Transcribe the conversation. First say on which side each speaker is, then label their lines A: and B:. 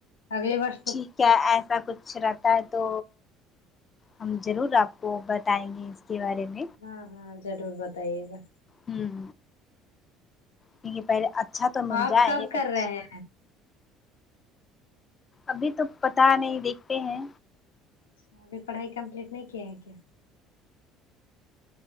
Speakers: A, on the left; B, on the left.
A: اگلے ورس
B: ٹھیک ہے ایسا کچھ لگ تا ہے تو ہم ضرور آپ کو بتائیں گے اس کے بارے میں
A: ہاں ہاں ضرور بتائیے گا
B: ہمم کیونکہ پہلے اچھا تو مل
A: آپ
B: جائے
A: کب
B: ایک
A: کر
B: اچھا
A: رہے ہیں
B: ابھی تو پتا نہیں دیکھتے ہیں
A: ا اھی پڑھائی کمپلیٹ نہیں کیے ہیں کیا